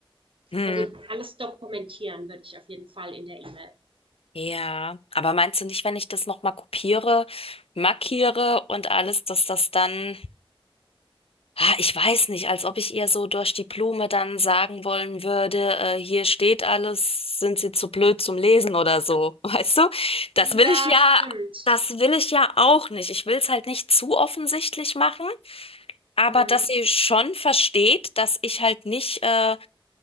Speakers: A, on the left; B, on the right.
A: Hm.
B: Also alles dokumentieren würde ich auf jeden Fall in der E-Mail.
A: Ja, aber meinst du nicht, wenn ich das nochmal kopiere, markiere und alles, dass das dann Ah, ich weiß nicht, als ob ich ihr so durch die Blume dann sagen wollen würde, äh, hier steht alles, sind Sie zu blöd zum Lesen oder so, <laughs> weißt du? Das will
B: Ja,
A: ich ja,
B: stimmt.
A: das will ich ja auch nicht. Ich will es halt nicht zu offensichtlich machen, aber
B: Mhm.
A: dass sie schon versteht, dass ich halt nicht äh,